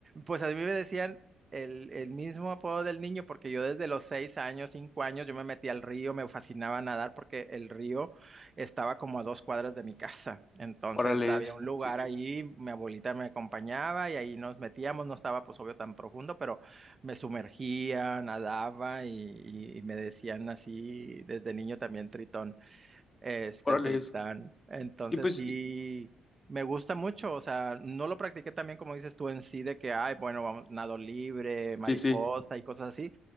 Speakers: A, on the right; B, on the left.
A: Pues a mí me decían el, el mismo apodo del niño, porque yo desde los seis años, cinco años, yo me metí al río, me fascinaba nadar porque el río estaba como a dos cuadras de mi casa. Entonces
B: Órales,
A: había un lugar
B: sí, sí.
A: ahí, mi abuelita me acompañaba y ahí nos metíamos, no estaba pues obvio tan profundo, pero me sumergía, nadaba y, y y me decían así desde niño también Tritón este,
B: Órales.
A: o Tristán. Entonces
B: Y pues,
A: sí, me gusta mucho, o sea, no lo practiqué también como dices tú en sí, de que, ay, bueno, vamos, nado libre, mariposa
B: sí, sí.
A: y cosas así,